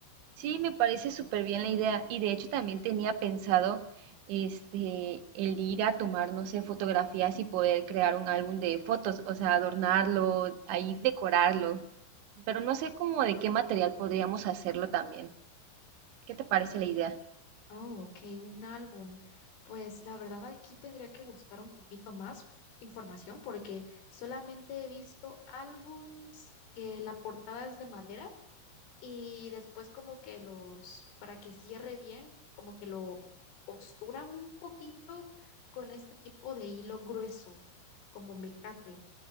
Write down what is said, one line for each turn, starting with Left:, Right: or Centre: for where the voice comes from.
Right: Sí, me parece súper bien la idea. Y de hecho también tenía pensado este el ir a tomar, no sé, fotografías y poder crear un álbum de fotos, o sea, adornarlo, ahí decorarlo. Pero no sé cómo de qué material podríamos hacerlo también. ¿Qué te parece la idea?
Left: Oh, ok, un álbum. Pues la verdad aquí tendría que buscar un poquito más información porque solamente he visto álbums que la portada es de madera y después como que los, para que cierre bien, como que lo costuran un poquito con este tipo de hilo grueso, como mecate.